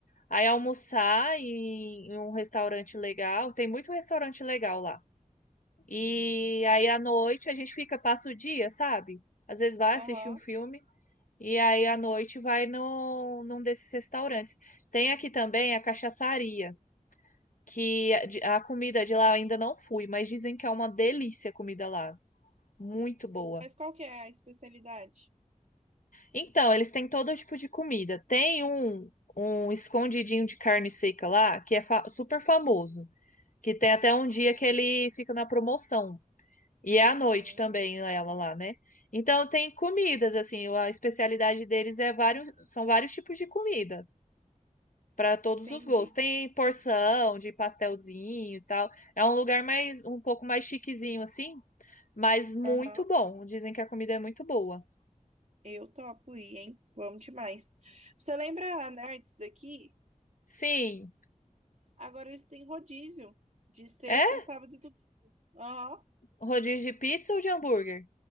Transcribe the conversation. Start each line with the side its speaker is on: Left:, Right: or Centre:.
Left: Aí almoçar em, em um restaurante legal. Tem muito restaurante legal lá. E aí à noite a gente fica, passa o dia, sabe? Às vezes vai
Right: Aham.
Left: assistir um filme. E aí à noite vai num, num desses restaurantes. Tem aqui também a cachaçaria, que a de- a comida de lá eu ainda não fui, mas dizem que é uma delícia a comida lá. Muito boa.
Right: Mas qual que é a especialidade?
Left: Então, eles têm todo tipo de comida. Tem um, um escondidinho de carne seca lá, que é fa- super famoso. Que tem até um dia que ele fica na promoção. E é à noite
Right: Hum,
Left: também ela lá, né? Então tem comidas, assim, a especialidade deles é vários, são vários tipos de comida para todos
Right: entendi.
Left: os gostos. Tem porção de pastelzinho e tal. É um lugar mais um pouco mais chiquezinho assim, mas muito
Right: Aham.
Left: bom. Dizem que a comida é muito boa.
Right: Eu topo ir, hein? Vamos demais. Você lembra a Nerds daqui?
Left: Sim,
Right: Agora eles têm rodízio de sexta,
Left: é
Right: sábado e domingo. Aham.
Left: rodízio de pizza ou de hambúrguer?